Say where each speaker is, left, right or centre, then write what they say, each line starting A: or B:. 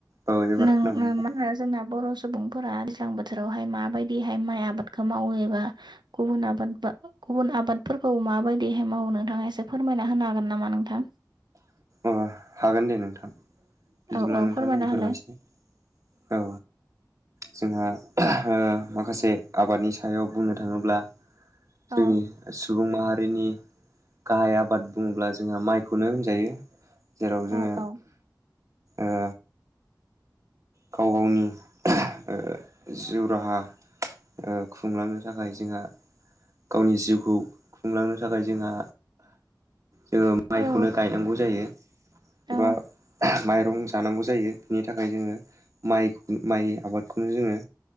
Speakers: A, on the right (about 45°); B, on the right (about 80°).
A: औ एबार
B: नों
A: खोनाबाय
B: <unintelligible>
A: नोंथां
B: जोंना बर' सु बुंफोरा दैज्लां बोथोरावहाय माबायदिहाय माइ आबादखौ मावो एबा गुबुन आबादबा गुबुन आबादफोरखौ माबायदिहाय मावो नोंथाङा एसे फोरमायना होनो हागोन नामा नोंथां?
A: अ हागोन दे नोंथां। बिदिब्ला
B: औ औ
A: नोंथांनो
B: फोरमायना
A: आं फोरमायसै
B: होलाय
A: औ। जोंहा ओ माखासे आबादनि सायाव बुंनो थाङोब्ला
B: औ
A: जोंनि सुबुं माहारिनि गाहाय आबाद बुङोब्ला जोंहा माइखौनो होनजायो। जेराव
B: औ
A: जोङो
B: औ
A: ओ गाव गावनि ओ जिउ राहा ओ खुंलांनो थाखाय जोंहा गावनि जिउखौ खुंलांनो थाखाय जोंहा जोङो माइखौनो
B: औ
A: गायनांगौ जायो। एबा
B: औ
A: माइरं जानांगौ जायो बिनि थाखाय जोङो माइ माइ आबादखौनो जोङो